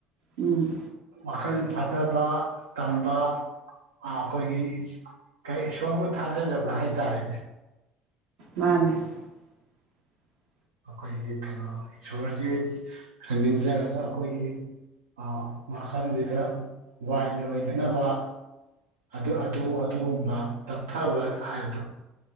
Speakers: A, on the right; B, on the right.
A: ꯎꯝ
B: ꯃꯈꯜ ꯐꯊꯕ ꯇꯝꯕ ꯑꯩꯈꯣꯏꯒꯤ ꯏꯁꯣꯔꯕꯨ ꯊꯥꯖꯖꯕ ꯍꯥꯏꯇꯥꯔꯦꯅꯦ
A: ꯃꯥꯅꯦ <inaudible>
B: ꯑꯩꯈꯣꯏꯒꯤ ꯀꯩꯅꯣ ꯏꯁꯣꯔꯁꯤ ꯅꯤꯡꯖꯔꯒ ꯑꯩꯈꯣꯏꯒꯤ ꯑ ꯃꯈꯜꯁꯤꯗ ꯋꯥꯏ ꯂꯣꯏꯗꯅꯕ ꯑꯗꯨ ꯑꯗꯨ ꯑꯗꯨꯒꯨꯝꯕ ꯇꯞꯊꯕ ꯍꯥꯏꯕꯗꯣ